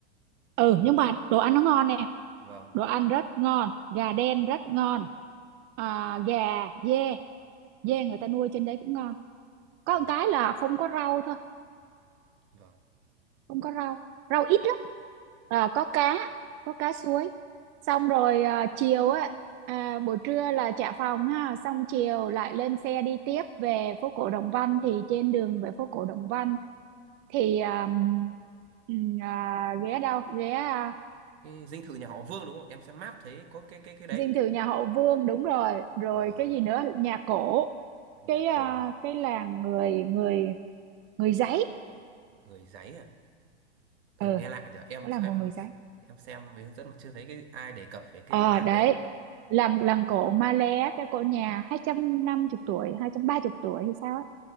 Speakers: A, on the right; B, on the right.
A: ừ nhưng mà đồ ăn nó ngon nè
B: vâng
A: đồ ăn rất ngon gà đen rất ngon à, gà dê dê người ta nuôi trên đấy cũng ngon có
B: vâng
A: một cái là không có rau thôi
B: vâng
A: không có rau rau ít lắm à, có cá có cá suối xong rồi à, chiều á à, buổi trưa là trả phòng ha xong chiều lại lên xe đi tiếp về phố cổ Đồng Văn thì trên đường về phố cổ Đồng Văn thì à, ừm, à, ghé đâu ghé à,
B: cái dinh thự nhà họ Vương đúng không em xem map thấy có cái cái cái đấy
A: Dinh thự nhà họ Vương đúng rồi rồi
B: vâng
A: cái gì nữa nhà cổ
B: nhà
A: cái à,
B: cổ à
A: cái làng người người người giấy
B: người giấy à ừ,
A: ừ
B: nghe lạ nhở em
A: đó là
B: xem
A: của người giấy
B: em xem mấy hướng dẫn mà chưa thấy cái ai đề cập về cái
A: ờ
B: làng
A: đấy
B: đấy
A: làng làng cổ Malé cái cổ nhà 250 tuổi 230 tuổi hay sao á